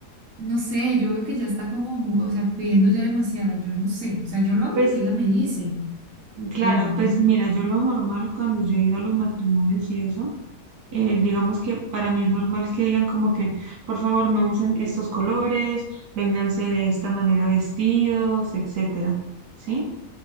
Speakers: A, on the right; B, on the right.
A: no sé, yo veo que ya está como, mu- o sea, pidiendo ya demasiado, yo no sé, o sea, yo lo hago
B: Pues
A: porque ella me dice,
B: claro,
A: pero no.
B: pues mira, yo lo normal cuando yo he ido a los matrimonios y eso, eh, digamos que para mí es normal que digan como que, por favor, no usen estos colores, vénganse de esta manera vestidos, etcétera. ¿Sí?